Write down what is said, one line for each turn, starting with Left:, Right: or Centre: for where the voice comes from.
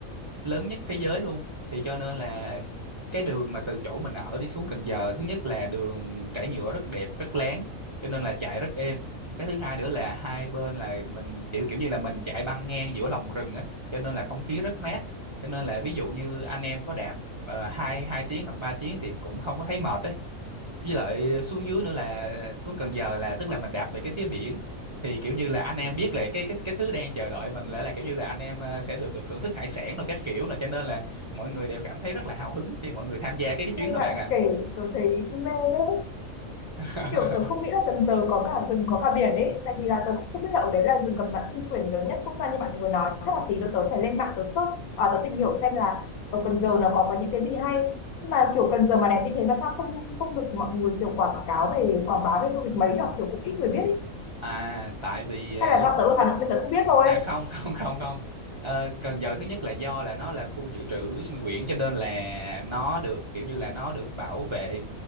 Right: lớn nhất thế giới luôn. Thì cho nên là cái đường mà từ chỗ mình ở đi xuống Cần Giờ, thứ nhất là đường trải nhựa rất đẹp, rất láng, cho nên là chạy rất êm. Cái thứ hai nữa là hai bên là mình kiểu kiểu như là mình chạy băng ngang giữa lòng rừng á, cho nên là không khí rất mát. Cho nên là ví dụ như anh em có đạp uh, hai hai tiếng hoặc 3 tiếng thì cũng không có thấy mệt ấy với lại xuống dưới nữa là xuống Cần Giờ là tức là mình đạp về cái phía biển thì kiểu như là anh em biết là cái cái cái thứ đang chờ đợi mình là là kiểu như là anh em ờ, sẽ được được thưởng thức hải sản rồi các kiểu là cho nên là mọi người đều cảm thấy rất là hào hứng khi mọi người tham gia cái cái
Left: nghe
Right: chuyến đó
Left: bạn
Right: bạn
Left: kể tớ thấy mê đấy
Right: à
Left: kiểu tớ
Right: <laughs>
Left: không nghĩ là Cần Giờ có cả rừng có cả biển ấy tại vì là tớ cũng không biết là ở đấy là rừng cầm bản kinh quyển lớn nhất quốc gia như bạn vừa nói chắc là tí nữa tớ phải lên mạng tớ search à, tớ tìm hiểu xem là ở Cần Giờ nó có có những cái gì hay nhưng mà kiểu Cần Giờ mà đẹp như thế mà sao không không được mọi người kiểu quảng cáo về quảng bá về du lịch mấy nhở kiểu cũng ít người biết ấy
Right: à tại vì à,
Left: hay là
Right: lý
Left: do tớ ở Hà Nội nên tớ cũng biết thôi
Right: à không <laughs> không không không Ờ, Cần Giờ thứ nhất là do là nó là khu dự trữ sinh quyển cho nên là nó được kiểu như là nó được bảo vệ